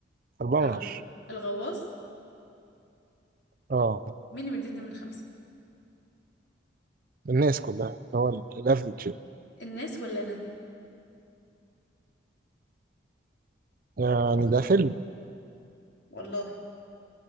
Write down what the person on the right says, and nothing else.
أربعة
من عشرة
اه
الناس كلها اللي هو الافريج
يعني ده فيلم